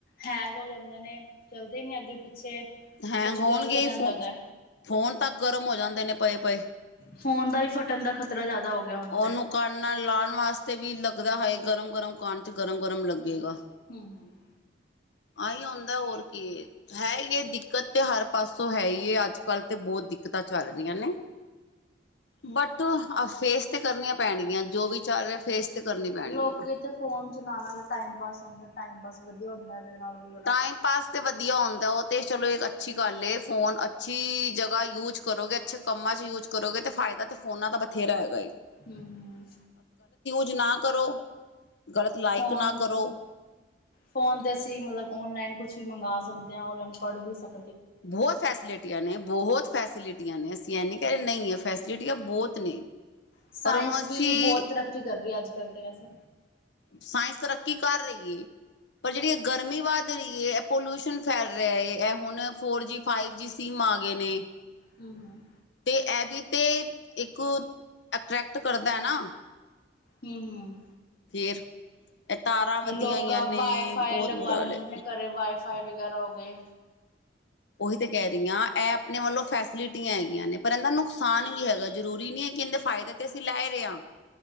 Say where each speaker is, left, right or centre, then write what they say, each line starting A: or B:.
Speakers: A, on the left (about 55°); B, on the left (about 75°).
A: ਹੈਗ ਹੋ ਜਾਂਦੇ ਨੇ ਚੱਲਦੇ ਨੀ ਅੱਗੇ ਪਿੱਛੇ
B: ਹੈਂਗ
A: ਕੁਛ
B: ਹੋਣਗੇ
A: ਗ਼ਲਤ ਹੋ ਜਾਂਦਾ
B: ਫੋ
A: ਉਹਦਾ
B: ਫੋਨ ਤਾਂ ਗਰਮ ਹੋ ਜਾਂਦੇ ਨੇ ਪਏ ਪਏ
A: ਫੋਨ ਦਾ ਵੀ ਫਟਣ ਦਾ ਖ਼ਤਰਾ ਜ਼ਿਆਦਾ ਹੋ ਗਿਆ ਹੁਣ
B: ਉਹਨੂੰ
A: ਤੇ
B: ਕਣ ਨਾਲ ਲਾਉਣ ਵਾਸਤੇ ਵੀ ਲੱਗਦਾ ਹੈ ਗਰਮ ਗਰਮ ਕਣ ਚ ਗਰਮ ਗਰਮ ਲੱਗੇਗਾ
A: ਹਮ ਹਮ
B: ਆਹੀ ਆਉਂਦਾ ਹੋਰ ਕੀ ਹੈ ਹੀ ਇਹ ਦਿੱਕਤ ਤੇ ਹਰ ਪਾਸੋਂ ਹੈ ਹੀ ਇਹ ਅੱਜ ਕੱਲ੍ਹ ਤੇ ਬਹੁਤ ਦਿੱਕਤਾਂ ਚੱਲ ਰਹੀਆਂ ਨੇ ਬਟ ਫੇਸ ਤੇ ਕਰਨੀਆਂ ਪੈਣਗੀਆਂ ਜੋ ਵੀ ਚੱਲ ਰਿਹਾ ਫੇਸ ਤੇ ਕਰਨੀ ਪੈਣਗੀਆਂ
A: ਲੋਕ ਤੇ ਫੋਨ ਚ ਨਾ ਟਮ ਪਾਸ ਟਮ ਪਾਸ ਵਧੀਆ ਹੁੰਦਾ ਇਹਦੇ ਨਾਲ ਵੀ ਬੜਾ
B: ਟਾਈਮ ਪਾਸ ਤੇ ਵਧੀਆ ਹੁੰਦਾ ਉਹ ਤੇ ਚਲੋ ਇੱਕ ਅੱਛੀ ਗੱਲ ਫੋਨ ਅੱਛੀ ਜਗ੍ਹਾ ਯੂਜ ਕਰੋਗੇ ਅੱਛੇ ਕੰਮਾਂ 'ਚ ਯੂਜ ਕਰੋਗੇ ਅਤੇ ਫਾਇਦਾ ਤਾਂ ਫੋਨਾਂ ਦਾ ਬਥੇਰਾ ਹੈਗਾ ਜੀ
A: ਹਮ ਹਮ
B: ਜ ਨਾ ਕਰੋ ਗ਼ਲਤ ਲਾਈਕ
A: ਫੋਨ
B: ਨਾ ਕਰੋ
A: ਫੋਨ ਤੇ ਅਸੀ ਮਤਲਬ ਔਨਲਾਈਨ ਕੁਛ ਵੀ ਮੰਗਾ ਸਕਦੇ ਹਾਂ ਔਲਾਈਨ ਪੜ੍ਹ ਵੀ ਸਕ
B: ਬਹੁਤ ਫੈਸਿਲਿਟੀਆਂ ਨੇ ਬਹੁਤ ਫੈਸਿਲਿਟੀਆਂ ਨੇ ਅਸੀ ਐਨ ਕਹੇ ਨਹੀਂ ਹੈ ਫੈਸਿਲਿਟੀਆਂ ਬਹੁਤ ਨੇ
A: ਸਾਇੰਸ
B: ਪਰ ਉਹਨੂੰ ਅਸੀਂ
A: ਵੀ ਬਹੁਤ ਤਰੱਕੀ ਕਰ ਰਹੀ ਹੈ ਅੱਜ ਕੱਲ ਤੇ ਵੈਸੇ
B: ਸਾਇੰਸ ਤਰੱਕੀ ਕਰ ਰਹੀ ਹੈ ਪਰ ਜਿਹੜੀ ਗਰਮੀ ਵੱਧ ਰਹੀ ਹੈ ਪੋਲਿਊਸ਼ਨ ਫੈਲ ਰਿਹਾ ਹੈ ਇਹ ਹੁਣ four G five G sim ਆ ਗਏ ਨੇ
A: ਹਮ ਹਮ
B: ਤੇ ਇਹ ਵੀ ਤੇ ਇੱਕ ਅਟਰ੍ਰੈਕਟ ਕਰਦਾ ਹੈ ਨਾ
A: ਹਮ ਹਮ
B: <inaudible> ਵੱਧੀਆਂ
A: ਵੀ ਲੋਕਾਂ
B: ਹੋਈਆਂ ਨੇ
A: ਵਾਈਫਾਈ
B: ਬਹੁਤ
A: ਲਗਵਾ
B: ਬੁਰਾ
A: ਲੈਂਦੇ
B: ਹਾਲ ਹੈ
A: ਨੇ ਘਰੇ ਵਾਈਫਾਈ ਵਗੈਰਾ ਹੋ ਗਏ
B: ਉਹੀ ਤੇ ਕਹਿ ਰਹੀ ਹਾਂ ਇਹ ਆਪਣੇ ਵੱਲੋਂ ਫੈਸਿਲਿਟੀਆਂ ਹੈਗੀਆਂ ਨੇ ਪਰ ਇਹਦਾ ਨੁਕਸਾਨ ਵੀ ਹੈਗਾ ਜਰੂਰੀ ਨੀ ਹੈ ਕਹਿੰਦੇ ਫਾਇਦਾ ਤੇ ਅਸੀਂ ਲੈ ਰਹੇ ਹਾਂ